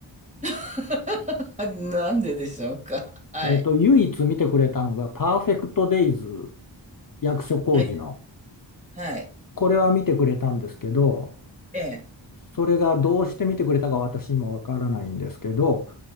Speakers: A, on the right; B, on the left.
A: <laughs> なんででしょうか。はい。
B: えっと、唯一見てくれたのがパーフェクトデイズ役所広司の。
A: え、はい。
B: これは見てくれたんですけど、
A: ええ、
B: それがどうして見てくれたか私にもわからないんですけど、